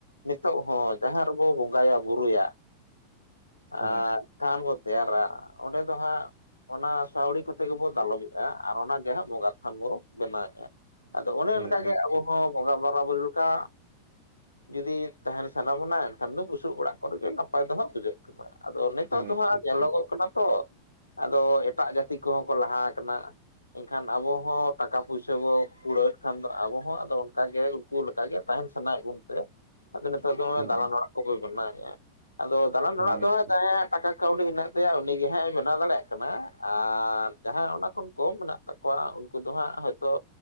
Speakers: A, on the left; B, on the right.
A: ᱱᱤᱛᱚᱜ ᱦᱚᱸ ᱡᱟᱦᱟᱸ ᱨᱮᱵᱚ ᱵᱚᱸᱜᱟᱭᱟ ᱵᱩᱨᱩᱭᱟ ᱥᱮ ᱟᱨ
B: ᱦᱳᱭ
A: ᱛᱷᱟᱱ ᱵᱚᱱ ᱛᱮᱭᱟᱨᱟ ᱚᱸᱰᱮ ᱫᱚ ᱦᱟᱸᱜ ᱚᱱᱟ ᱥᱟᱹᱣᱲᱤ ᱠᱚᱛᱮ ᱜᱮᱵᱚᱱ ᱫᱟᱞᱚᱵᱮᱫ-ᱟ ᱟᱨ ᱚᱱᱟ ᱜᱮ ᱦᱟᱸᱜ ᱵᱚᱸᱜᱟ ᱛᱷᱟᱱ ᱵᱚ ᱵᱮᱱᱟᱣᱮᱫᱼᱟ᱾ ᱟᱫᱚ ᱚᱱᱮ
B: ᱦᱳᱭ
A: ᱚᱱᱠᱟ
B: ᱦᱳᱭ
A: ᱜᱮ ᱟᱵᱚ
B: ᱴᱷᱤᱠ
A: ᱦᱚᱸ ᱵᱚᱸᱜᱟ ᱵᱟᱨᱟ ᱵᱟᱨᱤ ᱞᱮᱠᱟ ᱡᱩᱫᱤ ᱛᱟᱦᱮᱱ ᱥᱟᱱᱟ ᱵᱚᱱᱟ ᱮᱱᱠᱷᱟᱱ ᱫᱚ ᱵᱩᱥᱩᱵ ᱚᱲᱟᱜ ᱠᱚᱨᱮ ᱜᱮ ᱱᱟᱯᱟᱭ ᱫᱚ ᱦᱟᱸᱜ ᱵᱩᱡᱷᱟᱹᱜ᱾ ᱠᱮᱢᱟ ᱟᱫᱚ ᱱᱮᱛᱟᱨ
B: ᱦᱳᱭ
A: ᱫᱚ ᱦᱟᱸᱜ
B: ᱴᱷᱤᱠ
A: ᱧᱮᱞᱚᱜᱚᱜ
B: ᱴᱷᱤᱠ
A: ᱠᱟᱱᱟ ᱛᱚ ᱟᱫᱚ ᱮᱴᱟᱜ ᱡᱟᱹᱛᱤ ᱠᱚᱦᱚᱸ ᱠᱚ ᱞᱟᱦᱟ ᱟᱠᱟᱱᱟ᱾ ᱮᱱᱠᱷᱟᱱ ᱟᱵᱚ ᱦᱚᱸ ᱴᱟᱠᱟ ᱯᱩᱭᱥᱟᱹ ᱵᱚ ᱠᱩᱲᱟᱹᱣᱮᱫ ᱠᱷᱟᱱ ᱫᱚ ᱟᱵᱚ ᱦᱚᱸ ᱟᱫᱚ ᱚᱱᱠᱟ ᱜᱮ ᱠᱩ ᱞᱮᱠᱟ ᱜᱮ ᱛᱟᱦᱮᱱ ᱥᱟᱱᱟᱭᱮᱫ ᱵᱚᱱ ᱛᱮ ᱟᱫᱚ ᱱᱮᱛᱟᱨ ᱫᱚ ᱦᱚᱸᱜ-ᱚᱭ
B: ᱦᱳᱭ
A: ᱫᱟᱞᱟᱱ ᱚᱲᱟᱜ ᱠᱚᱜᱮ ᱵᱮᱱᱟᱣᱮᱫ-ᱟ, ᱟᱫᱚ ᱫᱟᱞᱟᱱ
B: ᱦᱳᱭ
A: ᱚᱲᱟᱜ ᱫᱚ ᱦᱟᱸᱜ
B: ᱴᱷᱤᱠ
A: ᱡᱟᱦᱟᱸᱭᱟᱜ ᱴᱟᱠᱟ ᱠᱟᱹᱣᱰᱤ ᱦᱮᱱᱟᱜ ᱛᱟᱭᱟ ᱩᱱᱤᱜᱮ ᱦᱟᱸᱜ-ᱮ ᱵᱮᱱᱟᱣ ᱫᱟᱲᱮᱭᱟᱜ ᱠᱟᱱᱟ ᱟᱨ ᱡᱟᱦᱟᱸᱭ ᱚᱱᱟ ᱠᱷᱚᱱ ᱠᱚᱢ ᱢᱮᱱᱟᱜ ᱛᱟᱠᱚᱣᱟ ᱩᱱᱠᱩ ᱫᱚ ᱦᱟᱸᱜ ᱦᱚᱭᱛᱚ